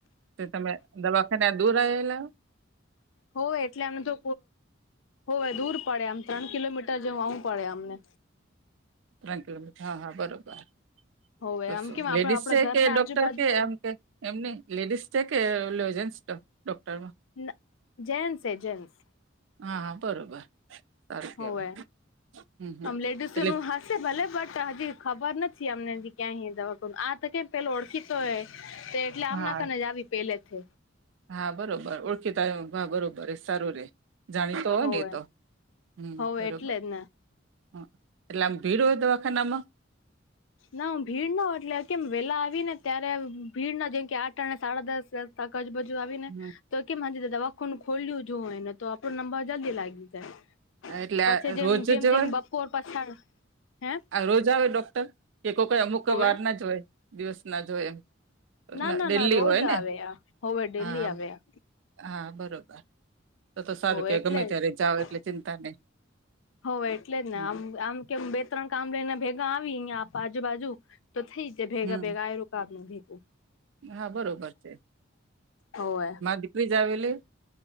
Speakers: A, on the right; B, on the left.
A: તો તમે દવાખાના દૂર આવેેલા?
B: હો એટલે અમને તો હોવે દૂર પડે આમ ત્રણ કિલોમીટર જવું પડે અમને.
A: ત્રણ કિલોમીટર હા હા બરોબરું
B: હોવે આમ કેમ આપડ
A: લેડીસ
B: આપડા
A: છે
B: ઘરના
A: કે ડોક્ટર
B: આજુબાજુ
A: કે એમ કે એમની લેડીસ છે કે જેન્ટ્સ તો ડોક્ટરમાં?
B: ના જેન્ટસ એ જન્સ.
A: હા હા બરોબર. સારું કેવાય
B: હોવે
A: હમ હમ
B: આમ લેડીસ
A: એટલે
B: નું હા ભલે બટ હજી ખબર નથી અમને ક્યાં દવા આ તો કેમ પેલ ઓળખી તો હ તો એટલે આમના
A: હા
B: કને જ આવી પેલેથી.
A: હા બરોબર ઓળખીતા આવ હા બરોબર સારું રે જાણીતો હોય
B: હોવે
A: ને એ તો, હમ
B: હોવે
A: બરોબર.
B: એટલે જ ને
A: હમ એટલે આમ ભીડ હોય દવાખાનામાં?
B: ના હ ભીડ ન હો એટલે કેમ વેલા આવી ને ત્યારે ભીડ ન જેમ કે આઠ અને સાડા દસ તક આજુ-બાજુ આવીને
A: હમ
B: તો કેમ હ દવાખાનું ખોલ્યું જો હોને, તો આપડો નંબર જલ્દી લાગી જાય.
A: એટલે
B: પછી
A: આ
B: જેમ
A: રોજ
B: જેમ
A: જ
B: જેમ
A: હોય
B: બપોર પાછાળ, હે?
A: રોજ આવે ડોક્ટર, કે કોકઈ અમુક
B: હોવે
A: વાર ના જોય દિવસ ના જોય એમ?
B: ના ના
A: ડેલી
B: ના રોજ
A: હોય ને
B: આવે આ હવે ડેલી
A: હા
B: આવે આ.
A: હા બરોબર. તો તો સારું
B: હો
A: કે
B: એટલે
A: ગમે
B: જ
A: ત્યારે જાઓ એટલે ચિંતા નહી
B: હો એટલે જ ને
A: હમ
B: આમ આમ કે બે ત્રણ કામ લઈને ભેગા આવી અયા આજુબાજુ તો થઈ જાય ભેગા
A: હમ.
B: ભેગા <inaudible> <unintelligible>
A: હા બરોબર છે
B: હોવે
A: દીકરી જ આવેલી